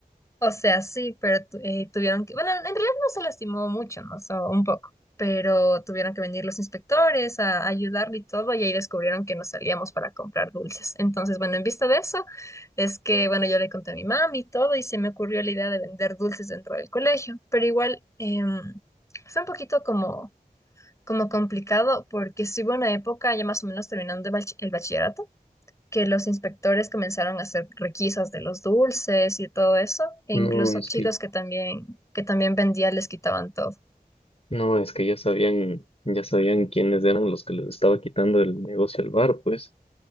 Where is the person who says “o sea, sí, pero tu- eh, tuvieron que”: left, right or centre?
Left